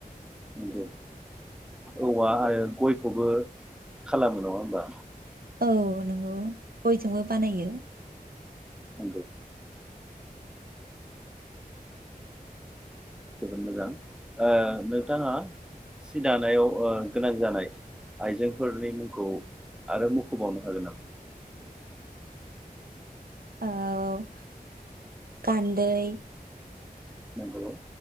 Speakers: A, in the centre; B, on the right (about 70°).
A: नंगौ औवा आरो गयखौबो खालामो नङा होमबा?
B: औ नोंगौ गयजोंबो बानायो।
A: नंगौ जोबोद मोजां ओ नोंथाङा सि दानायाव ओ गोनां जानाय आइजेंफोरनि मुंखौ आरो मुंख'बावनो हागोन नामा?
B: औ। गान्दै।
A: नंगौ।